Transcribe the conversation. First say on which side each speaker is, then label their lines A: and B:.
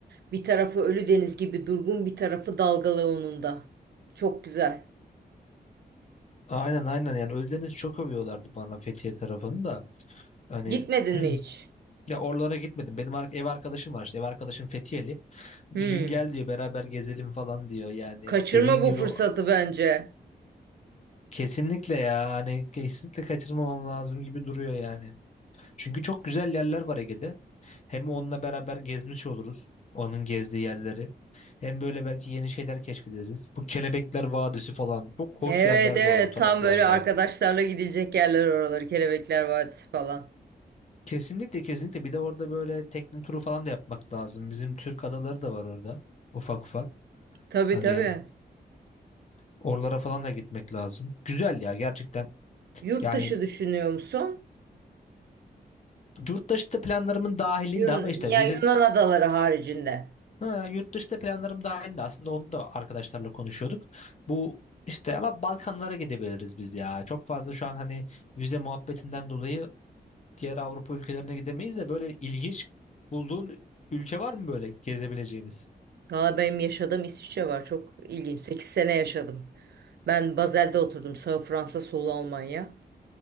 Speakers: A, on the right; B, on the left.
A: Bir tarafı Ölüdeniz gibi durgun, bir tarafı dalgalı onun da. Çok güzel.
B: Aynen aynen yani Ölüdeniz çok övüyorlardı bana Fethiye tarafını da. Hani
A: Gitmedin mi hiç?
B: <clears throat> ya oralara gitmedim. Benim ar- ev arkadaşım var işte ev arkadaşım Fethiyeli. Bir
A: Hmm.
B: gün gel diyor beraber gezelim falan diyor. Yani
A: Kaçırma
B: dediğin
A: bu
B: gibi
A: fırsatı
B: o-
A: bence.
B: kesinlikle ya hani kesinlikle kaçırmamam lazım gibi duruyor yani. Çünkü çok güzel yerler var Ege'de. Hem onunla beraber gezmiş oluruz. Onun gezdiği yerleri. Hem böyle belki yeni şeyler keşfederiz. Bu Kelebekler Vadisi falan. Çok hoş
A: Evet
B: yerler var
A: evet
B: o taraflarda.
A: tam böyle arkadaşlarla gidilecek yerler oraları. Kelebekler Vadisi falan.
B: Kesinlikle kesinlikle. Bir de orada böyle tekne turu falan da yapmak lazım. Bizim Türk adaları da var orada. Ufak ufak.
A: Tabii
B: Hani
A: tabii.
B: oralara falan da gitmek lazım. Güzel ya gerçekten.
A: Yurt
B: Yani
A: dışı düşünüyor musun?
B: yurt dışı da planlarımın dahilinde
A: Yun
B: ama işte
A: ya
B: vize
A: Yunan adaları haricinde.
B: Ha, yurt dışında planlarım dahildi aslında onu da arkadaşlarla konuşuyorduk. Bu işte ama Balkanlara gidebiliriz biz ya. Çok fazla şu an hani vize muhabbetinden dolayı diğer Avrupa ülkelerine gidemeyiz de böyle ilginç bulduğun ülke var mı böyle gezebileceğimiz?
A: Valla benim yaşadığım İsviçre var. Çok ilginç. 8 sene yaşadım. Ben Basel'de oturdum. Sağ Fransa, solu Almanya.